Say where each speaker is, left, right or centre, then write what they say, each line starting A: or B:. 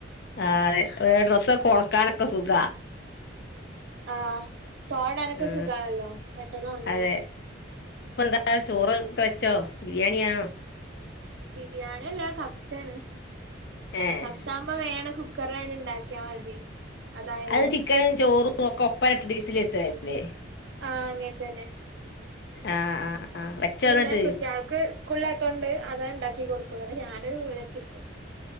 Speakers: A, on the left; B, on the right.
A: ആഹ് അതെ ഏഹ് ഡ്രസ്സൊക്കൊണക്കാനൊക്കെ സുഖാ.
B: ആഹ് തോരടാനൊക്കെ
A: ഉം
B: സുഖാണല്ലോ പെട്ടെന്നൊണങ്ങും
A: അതെ
B: ഉം
A: <unintelligible> ചോറ് കഴിച്ചോ ബിരിയാണ്യാണോ?
B: ബിരിയാണ്യല്ല കബ്സെണ്
A: ഏഹ്
B: കബ്സ ഇപ്പ വേണം കുക്കറിലാണ്ട്ണ്ടാക്ക്യാ മതി. അതായല്ലോ
A: അത് ചിക്കനും ചോറും ഒക്കെ ഒപ്പരെട്ട്ട്ട് വിസിലട്ച്ചെലേക്കുല്ലേ
B: ആഹ് അങ്ങൻ തെന്നെ
A: ആഹ് ആഹ് ആഹ് വെച്ചോ
B: പിന്നെ
A: എന്നിട്ട്
B: കുട്ട്യാൾക്ക് സ്കൂളിലാത്തോണ്ട് അതാണ്ടാക്കി കൊട്ക്ക്ണത് ഞാനൊരു മൂലക്കിരിക്കും.